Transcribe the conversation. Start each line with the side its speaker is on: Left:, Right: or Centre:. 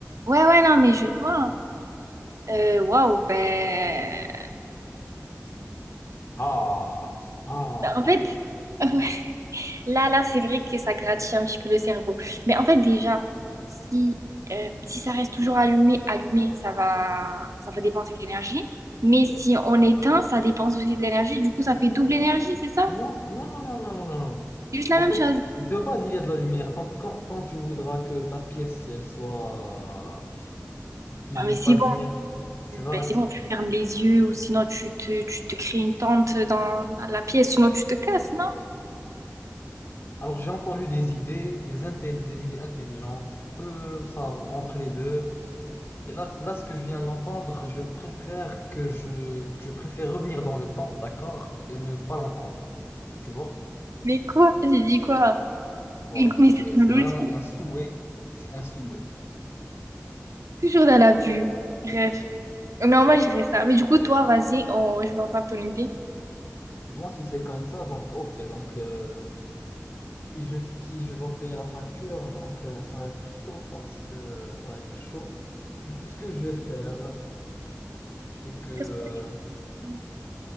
Right: ouais, ouais, non, mais je vois. Euh, Waouh, ben...
Left: Ah, ah.
Right: ben... En fait, <laughs> ouais. Là, là, c'est vrai que ça gratifie un petit peu le cerveau. Mais en fait, déjà, si, euh, si ça reste toujours allumé, allumé, ça va, ça va dépenser de l'énergie. Mais si on éteint, ça dépense aussi de l'énergie. Du coup, ça fait double énergie, c'est ça?
Left: Non, non, non, non, non, non, non. non.
Right: C'est juste la
Left: En
Right: même
Left: fait,
Right: chose.
Left: de base, il y a de la lumière. Donc, quand, quand tu voudras que ta pièce, elle soit... qu'il
Right: Ah,
Left: n'y
Right: mais
Left: ait
Right: c'est
Left: pas de lumière, tu vas
Right: Ben
Left: l'activer.
Right: c'est bon, tu fermes les yeux ou sinon tu te, tu te crées une tente dans, dans la pièce, sinon tu te casses, non?
Left: Alors, j'ai entendu des idées, des, intel- des idées intelligentes, peu ça, entre les deux. Et là, là, ce que je viens d'entendre, je préfère que je, que je préfère revenir dans le temps, d'accord, et ne pas l'entendre. Tu vois?
Right: Mais quoi? J'ai dit quoi?
Left: Voilà,
Right: Mais, mais
Left: c'est
Right: c'est une
Left: c'est
Right: logique,
Left: vraiment un souhait. C'est un souhait.
Right: toujours dans l'abus. Bref, non, moi j'irais ça. Mais du coup, toi, vas-y, on- je vais entendre ton idée.
Left: Moi, si c'est comme ça, donc ok, donc euh, si je, si je dois payer la facture, donc euh, ça va être chaud parce que euh, ça va être chaud. Du coup, ce que je vais faire, c'est que euh,
Right: Qu'est-ce que tu... fais?